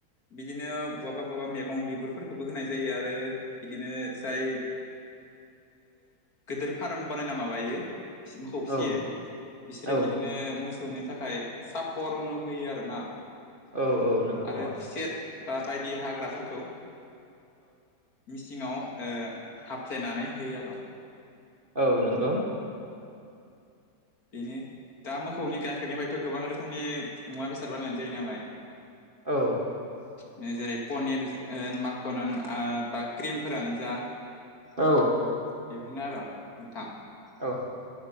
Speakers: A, on the left (about 55°); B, on the right (about 30°).
A: बिदिनो बुवाबा बुवाबा मेगं बिगुरफोरखौबो होनाय जायो आरो बिदिनो जाय गोदोर फार्म बानायना माबायो मोखौ फिसियो
B: औ
A: बिसोरो
B: औ
A: बिदिनो मोसौनि था थाखाय सापर रुनो होयो आरो ना
B: औ औ नंगौ
A: आरो
B: औ
A: खुसेर बा बायदि हाग्राफोरखौ मिसिङाव हफ्लेयनानै होयो आरो
B: औ नंगौ
A: बिनि दा मोसौनि गाइखेरनिफ्रायथ' गोबां रोखोमनि मुवा बेसाद बानायनाय जायो नालाय
B: औ
A: बे जेरै पनिर माखन होन आ बा क्रिमफोरानो जा
B: औ
A: बेफोरनो आर नोंथां
B: औ